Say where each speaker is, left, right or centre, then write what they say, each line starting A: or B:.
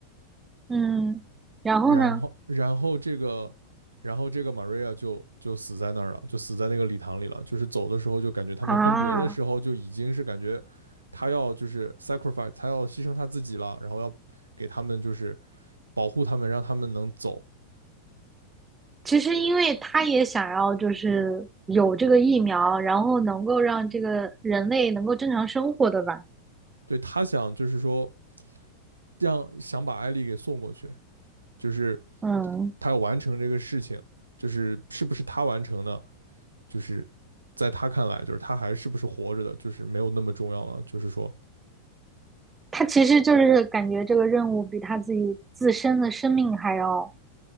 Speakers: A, on the right; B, on the right.
A: 嗯，然后呢？
B: 然后然后这个然后这个 Maria 就就死在那儿了，就死在那个礼堂里了。就是走的时候就感觉他们分别的时候就已经是感觉
A: 啊。
B: 他要就是 sacrifice，他要牺牲他自己了，然后要给他们就是保护他们，让他们能走。
A: 其实因为他也想要就是有这个疫苗，然后能够让这个人类能够正常生活的吧。
B: 对他想就是说让想把艾丽给送过去，就是
A: 嗯，
B: 他要完成这个事情，就是是不是他完成呢？就是在他看来，就是他还是不是活着的，就是没有那么重要了。就是说，
A: 他其实就是感觉这个任务比他自己自身的生命还要